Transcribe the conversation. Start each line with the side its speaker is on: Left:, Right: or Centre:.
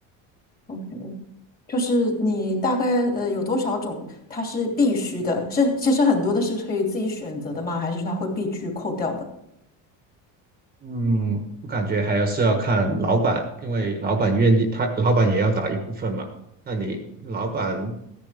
Left: 嗯就是你大概呃有多少种它是必须的？是其实很多的是可以自己选择的吗？还是它会必须扣掉的？
Right: 嗯，我感觉还要是要看老板，因为老板愿意，他老板也要打一部分嘛。那你老板